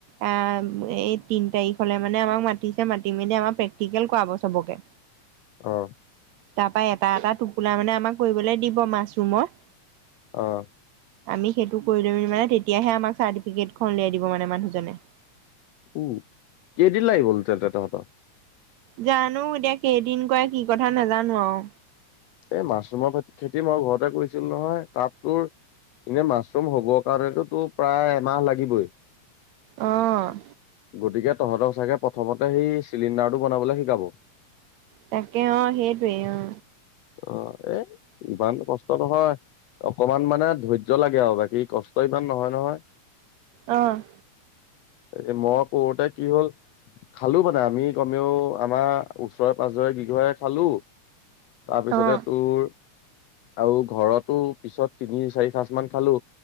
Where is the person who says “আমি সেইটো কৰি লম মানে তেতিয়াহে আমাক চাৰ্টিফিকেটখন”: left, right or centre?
Right